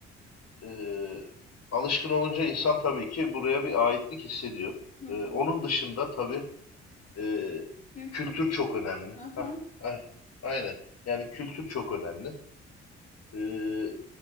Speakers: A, on the left (about 50°); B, on the left (about 20°).
A: E, alışkın olunca insan tabii ki buraya bir aitlik hissediyor.
B: Evet.
A: E, onun dışında tabii e,
B: Yani
A: kültür
B: kültürel.
A: çok önemli.
B: Aha.
A: Hah, a- aynen. Yani kültür çok önemli. E,